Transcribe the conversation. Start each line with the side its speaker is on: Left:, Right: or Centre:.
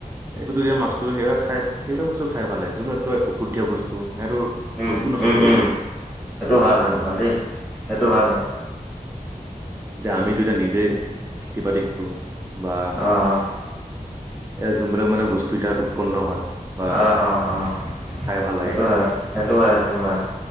Right: একোতো এতিয়া মাছটো সেইবিলাক খাই সেইবিলাক বস্তু খাই পালে যোনবিলাক তই অষুদ্ধীয়া বস্তু। সিহঁতৰ
Centre: উম,
Right: শৰীৰটো নষ্ট
Centre: উম,
Right: কৰিব।
Centre: উম। সেইটো
Right: হয়
Centre: সেইটো
Right: ন <inaudible>
Centre: দেই। সেইটো হয় বাৰু।
Right: এতিয়া আমিতো এতিয়া নিজে খেতি-বাতি কৰোঁ বা
Centre: অ',
Right: এয়া যোনবিলাক মানে বস্তু এতিয়া উৎপন্ন হয় বা
Centre: অ-অ-অ
Right: খাই ভাল লাগে
Centre: সেইটো হয়, সেইটো হয়, সেইটো হয়।